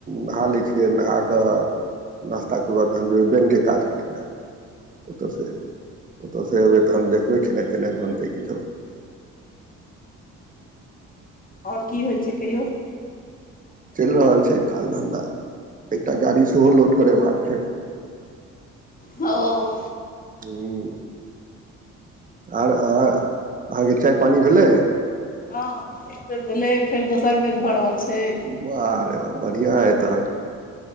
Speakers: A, on the right; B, on the left.
A: नहा लै छियै नहि कऽ नाश्ताके बाद तखन जेबै बैनके काज करय लए ओतयसँ। ओतयस अयबै तखन देखबै खेनाइ खेनाइ बनतै किछो। ह
B: आओर कि होइ छै कहियो।
A: चलि रहल छैय काज धंधा एकटा गाड़ी सेहो लोड करेबा कऽ छैय।
B: ओ।
A: ह आर अहाँ अहाँकेँ चाय पानि भेलै।
B: हैं एक बेर भेलै फेर दोसर बेर भऽ रहल छैय।
A: बाह रे बा बढ़िआ अए तहन।